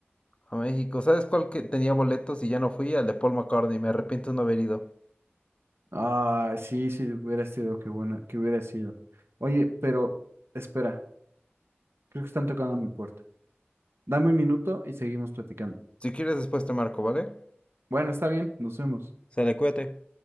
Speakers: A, on the left; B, on the right.
A: a México. ¿Sabes cuál que tenía boletos y ya no fui? Al de Paul McCartney, me arrepiento de no haber ido.
B: Ah, sí, sí, hubiera sido, qué buena, que hubiera sido. Oye, pero espera, creo que están tocando a mi puerta. Dame un minuto y seguimos platicando.
A: Si quieres después te marco, ¿vale?
B: Bueno, está bien, nos vemos.
A: Sale, cuídate.